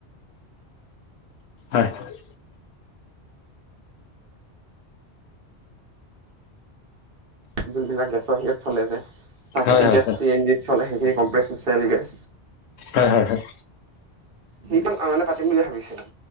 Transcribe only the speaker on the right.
যোনবিলাক গেছৰ হেৰিয়ত চলে যে। প্ৰাকৃতিক
গেছ চি এন জিত চলে। সেইখিনি কম্প্ৰেস্ক এস্কচেল গেছ।
সেইটো অ' মানে পাতিম বুলি ভাবিছিলোঁ।